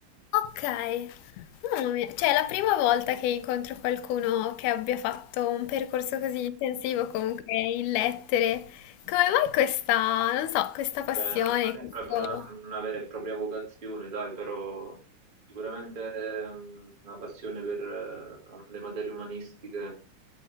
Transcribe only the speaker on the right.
beh, non non
è proprio una, una vera e propria vocazione, dai, però sicuramente è una passione per eh, le materie umanistiche.